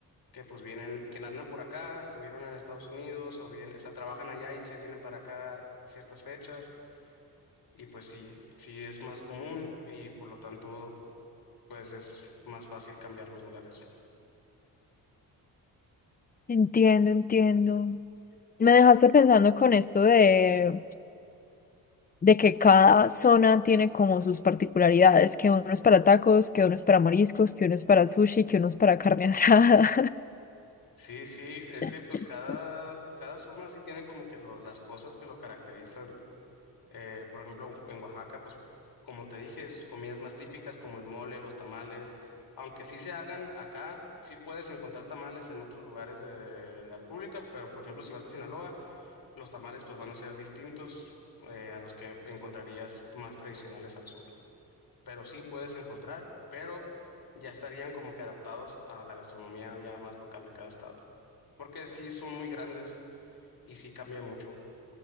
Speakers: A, on the left (about 55°); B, on the left (about 20°).
A: que pues vienen, que andan por acá, estuvieron en Estados Unidos o bien, está, trabajan allá y se vienen para acá ciertas fechas y pues sí, sí es más común y por lo tanto pues es más fácil cambiar los dólares.
B: Entiendo, entiendo. Me dejaste pensando con esto de de que cada zona tiene como sus particularidades, que uno es para tacos, que uno es para mariscos, que uno es para sushi, que uno es para carne asada.
A: Sí, sí, es
B: <laughs>
A: que pues cada, cada zona sí tiene como que lo- las cosas que lo caracterizan. Eh, por ejemplo, en Oaxaca, pues como te dije, es comidas más típicas como el mole, los tamales, aunque sí se hagan acá, sí puedes encontrar tamales en otros lugares de la República, pero por ejemplo, si vas a Sinaloa, los tamales pues van a ser distintos eh, a los que encontrarías más tradicionales al sur, pero sí puedes encontrar, pero ya estarían como que adaptados a la gastronomía ya más local de cada estado, porque sí son muy grandes y sí cambia mucho.